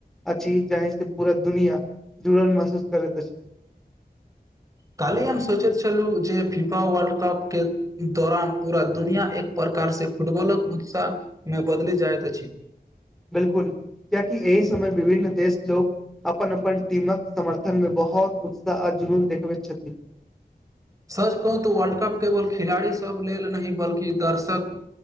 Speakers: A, in the centre; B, on the right.
A: अछि जाहि से पूरा दुनिया जुड़ल महसूस करैत अछि।
B: काल्हि हम सोचैत छलहुँ, जे फीफा वर्ल्ड कप के दौरान पूरा दुनिया एक प्रकार। प्रकार से फुटबॉलक उत्साह में बदलि जाइत अछि।
A: बिल्कुल, कियाकि एहि समय विभिन्न देश लोक। अपन-अपन टीमक समर्थन में बहुत उत्साह आ जुनून देखबैत छथिन।
B: सच कहू तऽ वर्ल्ड कप केवल खिलाड़ी सब लेल नहि बल्कि दर्शक।